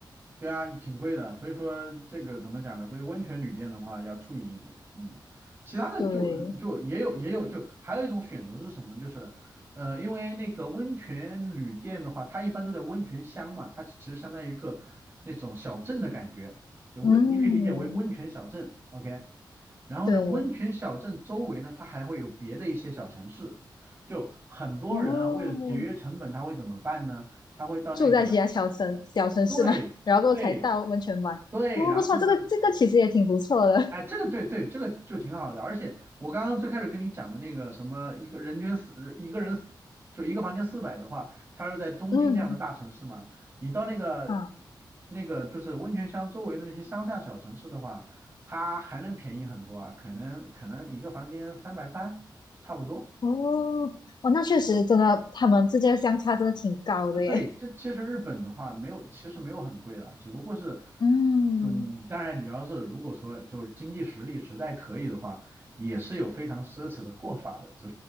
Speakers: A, on the right; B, on the left.
A: 对啊，挺贵的，所以说这个怎么讲呢？所以温泉旅店的话要注意一点，嗯，其他的就就也有也有就还有一种选择是什么？
B: 对，
A: 就是呃，因为那个温泉旅店的话，它一般都在温泉乡嘛，它其实相当于一个那种小镇的感觉，就温你可以理解为温泉小镇，OK。
B: 嗯，
A: 然后呢，
B: 对，
A: 温泉小镇周围呢，它还会有别的一些小城市。就很多人啊，
B: 哦，
A: 为了节约成本，他会怎么办呢？他会到那个
B: 住在其他小城小城市嘛，
A: 对对
B: 然后过后才到温泉玩。
A: 对，
B: 哦，
A: 然后呢，
B: 不错，这个这个其实也挺不错的。
A: 哎，这个对对，这个就挺好的。而且我刚刚最开始跟你讲的那个什么，一个人均四，一个人四就一个房间四百的话，它是在东京这样的大城市嘛。
B: 嗯，
A: 你到那个
B: 啊。
A: 那个就是温泉乡周围的那些乡下小城市的话，它还能便宜很多啊，可能可能一个房间三百块差不多。
B: 哦，哦，那确实真的，他们之间的相差真的挺高的耶。
A: 呃，对，这其实日本的话没有，其实没有很贵了，只不过是，
B: <laughs> 嗯，
A: 就你你当然你要是如果说就是经济实力实在可以的话，也是有非常奢侈的过法的，主